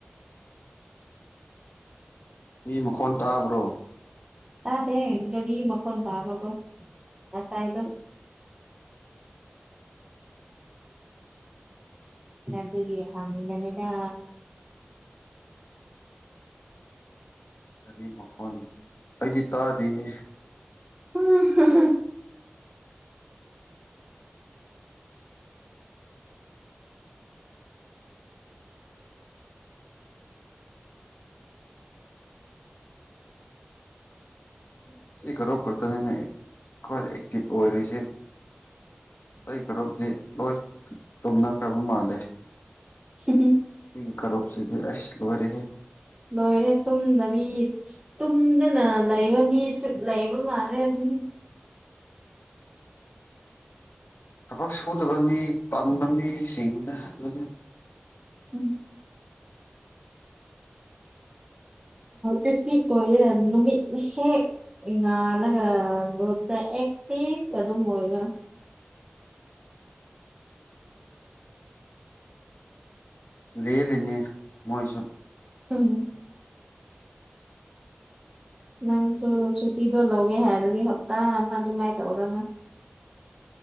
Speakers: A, on the left; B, on the right.
A: ꯃꯤ ꯃꯈꯣꯟ ꯇꯥꯕ꯭ꯔꯣ
B: ꯇꯥꯗꯦ ꯒꯥꯔꯤ ꯃꯈꯣꯟ ꯇꯥꯕꯀꯣ ꯉꯁꯥꯏꯗꯣ ꯑꯗꯨꯒꯤ ꯍꯪꯕꯅꯦꯗꯥ
A: ꯒꯥꯔꯤ ꯃꯈꯣꯟ ꯑꯩꯗꯤ ꯇꯥꯗꯦꯍꯦ
B: <unintelligible> <inaudible>
A: ꯁꯤ ꯈꯔꯨꯞ ꯈꯛꯇꯅꯤꯅꯦ ꯈꯋꯥꯏꯗꯩ ꯑꯦꯛꯇꯤꯚ ꯑꯣꯏꯔꯤꯁꯤ ꯑꯩ ꯀ꯭ꯔꯨꯞꯗꯤ ꯂꯣꯏ ꯇꯨꯝꯅꯈ꯭ꯔꯕ ꯃꯥꯜꯂꯦ
B: ꯁꯤꯗꯤ
A: ꯁꯤꯒꯤ ꯀꯔꯣꯞꯁꯤꯗꯤ ꯑꯁ ꯂꯣꯏꯔꯦꯍꯦ
B: ꯂꯣꯏꯔꯦ ꯇꯨꯝꯗꯕꯤ ꯇꯨꯝꯗꯅ ꯂꯩꯕ ꯃꯤꯁꯨ ꯂꯩꯕ ꯃꯥꯜꯂꯦ ꯑꯗꯨꯅꯤ
A: ꯊꯕꯛ ꯁꯨꯗꯕ ꯃꯤ ꯄꯥꯟꯕ ꯃꯤꯁꯤꯡꯗꯨꯅ ꯑꯗꯨꯗ
B: ꯎꯝ ꯌꯥꯛꯇꯤ ꯀꯌꯦ ꯅꯨꯃꯤꯠ ꯍꯦꯛ ꯉꯥꯜꯂꯒ ꯒ꯭ꯔꯨꯄꯇ ꯑꯦꯛꯇꯤꯚ ꯑꯗꯨꯝ ꯑꯣꯏꯕ
A: ꯂꯦꯜꯂꯤꯅꯦ ꯃꯣꯏꯁꯨ
B: ꯎꯝ ꯅꯪꯁꯨ ꯁꯨꯇꯤꯗꯣ ꯂꯧꯋꯦ ꯍꯥꯏꯔꯗꯤ ꯍꯞꯇꯥ ꯑꯃ ꯑꯗꯨꯃꯥꯏꯅ ꯇꯧꯔꯣꯅ